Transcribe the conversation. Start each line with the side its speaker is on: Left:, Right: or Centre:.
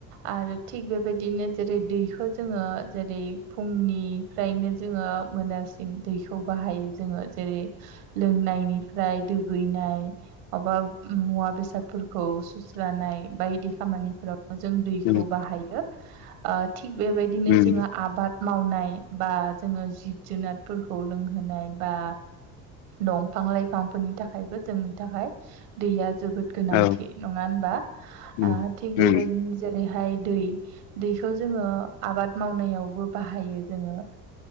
Right: आरो थिग बेबायदिनो जेरै दैखौ जोङो जेरै फुंनि फ्रायनो जोङो मोनासिम दैखौ बाहायो जोङो जेरै लोंनायनिफ्राय दुगैनाय माबा मुवा बेसादफोरखौ सुस्रानाय बायदि खामानिफोरावनो जों दैखौ
Left: उम उम
Right: बाहायो। थिग बेबायदिनो
Left: उम
Right: जोङो आबाद मावनाय बा जोङो जिब जुनारफोरखौ लोंहोनाय बा दंफां लाइफांफोरनि थाखायबो जोंनि थाखाय दैया जोबोद गोनांथि
Left: औ
Right: नङा होनबा
Left: उम
Right: थिग
Left: उम
Right: बेबायदिनो जेरैहाय दै दैखौ जोङो आबाद मावनायावबो बाहायो जोङो।